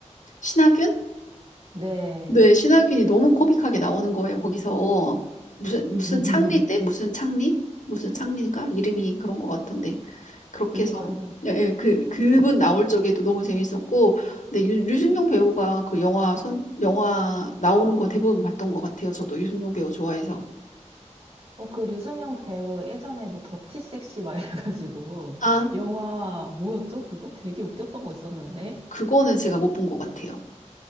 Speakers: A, on the left; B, on the right.
A: 신하균?
B: 네.
A: 네, 신하균이 너무 코믹하게 나오는 거예요, 거기서. 무슨, 무슨
B: <laughs>
A: 창리인데? 무슨 창리? 무슨 창리인가? 이름이 그런 것 같던데. 그렇게
B: 그니까요.
A: 해서, 예, 예, 그, 그분 나올 적에도 너무 재밌었고, 근데 유, 류승룡 배우가 그 영화 선, 영화 나오는 거 대부분 봤던 것 같아요, 저도. 유승룡 배우 좋아해서.
B: 어, 그 류승룡 배우 예전에 뭐 더티 섹시 막 이래가지고
A: 아,
B: 영화 뭐였죠? 그거 되게 웃겼던 거 있었는데.
A: 그거는 제가 못 본 것 같아요.